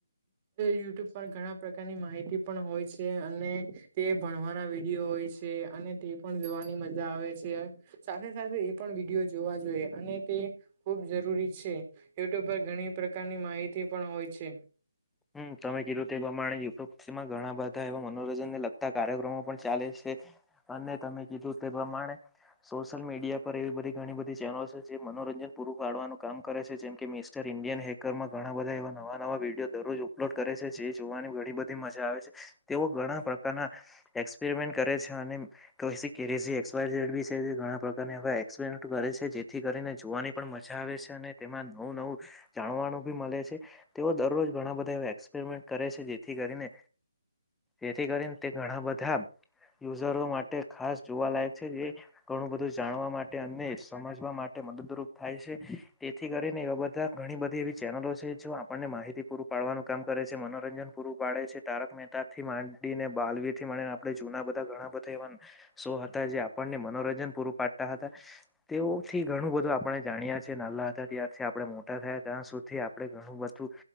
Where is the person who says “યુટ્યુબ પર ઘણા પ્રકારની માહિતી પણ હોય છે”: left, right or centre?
Right